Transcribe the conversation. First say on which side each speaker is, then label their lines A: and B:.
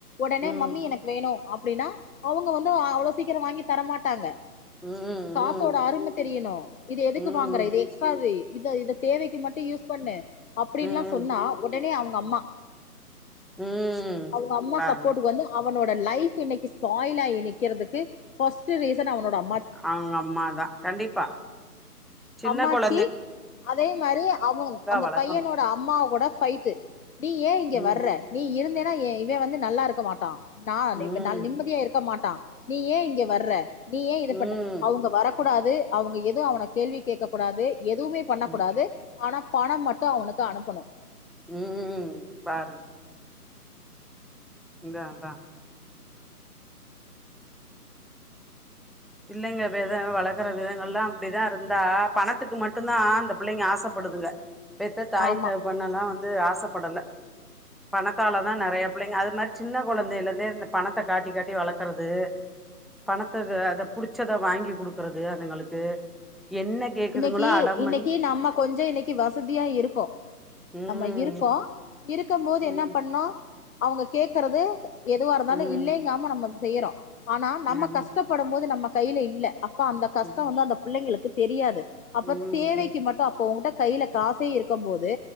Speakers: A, on the left; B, in the centre.
A: உடனே
B: ம்
A: மம்மி எனக்கு வேணு அப் அப்படின்னா அவங்க வந்து அவ்வளவு சீக்கிரம் வாங்கி தரமாட்டாங்க
B: ம்
A: காசோட
B: ம்
A: அரும தெரியணும் இது எதுக்கு
B: ம்
A: வாங்குற இது எக்ஸ் இத இத தேவைக்கு மட்டும் யூஸ் பண்ணு அப்படின்ல்லாம்
B: ம்
A: சொன்னா உடனே அவங்க ஆமா
B: ம்
A: அவங்க அம்மா
B: பாருங்க
A: சப்போர்டுக்கு வந்து அவனோட லைஃப் இன்னைக்கு ஸ்பாயில் ஆகி நிற்கிறதுக்கு பர்ஸ்ட் ரீசன் அவனோட அம்
B: அவங்க அம்மாதான் கண்டிப்பா சின்ன
A: அம்மாச்சி
B: குழ
A: அதே மாதிரி அவன் அந்த
B: வளக்கணு
A: பையனோட அம்மா கூட பைட்டு நீ ஏன் இங்க
B: ம்
A: வர்ற நீ இருந்தேன்னா இவே வந்து நல்லா இருக்க மாட்டான் நான்
B: ம்
A: நால நிம்மதியா இருக்க மாட்டான் நீ ஏன் இங்க வர்ற நீ ஏன் இது
B: ம்
A: பண்ண அவங்க வர கூடாது அவங்க எதுவும் அவனை கேள்வி கேட்க கூடாது எதுவுமே பண்ணக்கூடாது
B: ம்
A: ஆனா பணம் மட்டும் அவனுக்கு அனுப்பணும்
B: உம் பாருங்க அதான் அதான் இல்லைங்க வேதம் வளர்க்கற விதங்கள் எல்லாம் அப்படிதான் இருந்தா பணத்துக்கு மட்டும்தான் அந்த பிள்ளைங்க ஆசைப்படுதுங்க பெத்த தாய்
A: ஆமா
B: தகப்பன்னல்லாம் ஆசைப்படல பணத்தால தான் நிறைய பிள்ளைங்க அது மாதிரி சின்ன குழந்தைில இருந்தே இந்த பணத்தை காட்டி காட்டி வளர்க்கறது பணத்துக்கு அதை புடிச்சத வாங்கி குடுக்குறது அதுங்களுக்கு என்ன கேக்குதுங்களோ
A: இன்னைக்கு
B: அடம்
A: இன்னைக்கு
B: பண்ணி
A: நம்ம கொஞ்ச இன்னைக்கு வசதியா இருக்கோ
B: ம்
A: நம்ம இருக்கோ இருக்கு போது
B: ம்
A: என்ன பண்ணோ அவங்க கேக்குறது எதுவாக இருந்தாலும்
B: ம்
A: இல்லைங்காம நம்ம செய்யறோம் ஆனா நம்ம
B: ஆமா
A: கஷ்டப்படும் போது நம்ம கையில இல்ல அந்த கஷ்டம்
B: ம்
A: வந்து அந்த பிள்ளைங்களுக்கு தெரியாது அப்ப
B: ம்
A: தேவைக்கு மட்டும் அப்ப உங்கிட்ட கையில காசே இருக்கும் போது